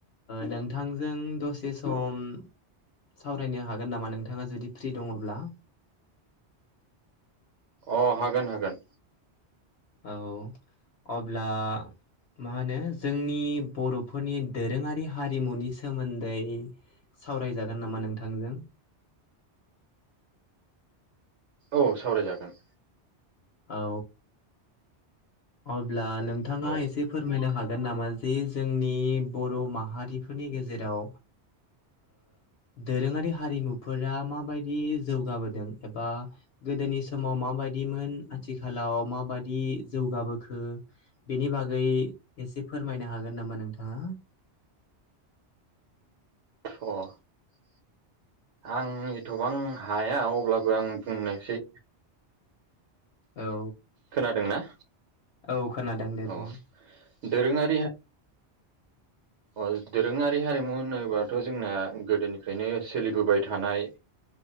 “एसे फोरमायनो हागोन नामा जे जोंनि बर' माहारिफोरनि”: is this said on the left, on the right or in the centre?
Left